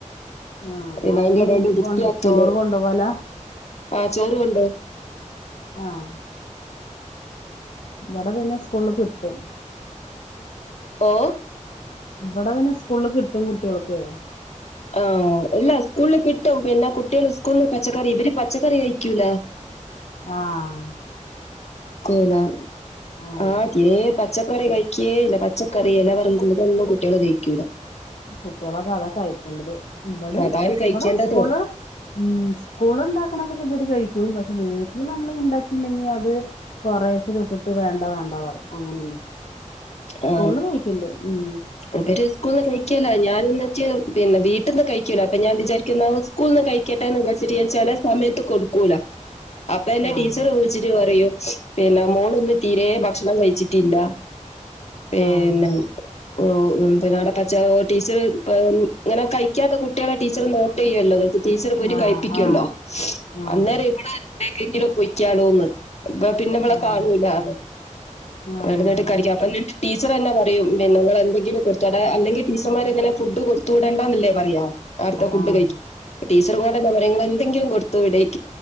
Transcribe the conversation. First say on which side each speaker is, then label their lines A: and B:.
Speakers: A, on the left; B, on the left.
A: ആഹ്
B: പിന്നെ
A: അവര്
B: ആയ്ന്റെടേൽ വൃത്യാക്കല്
A: കൊ ചോറ് കൊണ്ടുപോല
B: ആഹ് ചോറ് കൊണ്ടോഉം
A: ആഹ് ഇവിടെ പിന്നെ സ്കൂളിൽ കിട്ടും
B: ഓഹ്
A: ഇവിടെ പിന്നെ സ്കൂളിൽ കിട്ടും കുട്ടികൾക്ക്
B: ആഹ് ഇല്ല സ്കൂളിൽ കിട്ടും പിന്നെ കുട്ടികള് സ്കൂളിന്ന് പച്ചക്കറി ഇവര് പച്ചക്കറി കഴിക്കൂല
A: ആഹഹ്
B: ക്കൂല
A: ആഹ്
B: അഹ് യേ പച്ചക്കറി കഴിക്കേ ഇല്ല പച്ചക്കറി എലവർഗ്ഗങ്ങൾ ഇതൊന്നും കുട്ടികള് കഴിക്കൂല
A: കുട്ടികളൊക്കെ അതാ കഴിക്കേണ്ടത് ഇവിടെ
B: അതാണ് കഴിക്കേണ്ടത്
A: ഇവിടെ സ്കൂള് ഉം സ്കൂളിണ്ടാക്കണതൊക്കെ ഇവര് കഴിക്കും പക്ഷെ വീട്ടില് ഞ ങ്ങൾ ഉണ്ടാക്കിണ്ടെങ്കി അത് കൊറേച്ചെ തൊട്ടിട്ട് വേണ്ട വേണ്ട പറയും അങ്ങനെന്നെ സ്കൂളില്
B: ആ
A: കഴിക്ക്ണ്ട് ഉം
B: ഇവര് സ്കൂളിൽ നിന്ന് കഴിക്കോ ലൊ ഞാൻ എന്നിട്ട് പിന്നെ വീട്ടിൽന്ന് കഴികൂല അപ്പൊ ഞാൻ വിചാരിക്കുന്നത് സ്കൂളിന്ന് കഴിക്കട്ടേന്ന് വിചാരിചിട്ട് ഞാൻ ചെല സമയത്ത് കൊടുക്കൂല അപ്പ എന്നെ
A: ആഹ്
B: ടീച്ചർ വിളിച്ചിട്ട് പറയും പിന്നെ മോളിന്ന് തീരേ ഭക്ഷണം കഴിച്ചിട്ടില്ല പിന്നെ
A: ആഹ്
B: ഓഹ് പിന്നവിടെ പച്ച ടീച്ചർ ഇങ്ങനെ കഴിക്കാത്ത കുട്ടികളെ ടീച്ചർ നോട്ട് ചെയ്യുവല്ലൊ അത് ടീച്ചറ് പോയിട്ട്
A: ആഹ്
B: കഴിപ്പിക്കോല്ലൊ
A: ആഹ്
B: അന്നേരം ഇവിടെ ഇവിടേ ക്കെങ്കിലും പൊയ്ക്കാലോന്ന് ഇപ്പ പിന്നെ ഇവളെ
A: ആഹ്
B: കാണൂല്ലാന്ന്
A: ആഹ് ആഹ്
B: അത് <inaudible> വതായിട്ട് കഴിക്കാം അപ്പൊ ടീച്ചർ തന്നെ പറയും പിന്നെങ്ങൾ എന്തെില കൊട അല്ലെങ്കിൽ ടീച്ചർമാർ ഇങ്ങനെ ഫുഡ് കൊടുത്തു വിടണ്ടന്നല്ലേ പറയാ അവ്ടത്തെ ഫുഡ്
A: ആഹ് ആഹ്
B: കഴി ടീച്ചർ ഇതുപോലെന്നെ പറയും ഇങ്ങള് എന്തെങ്കിലും കൊടുത്തു വിട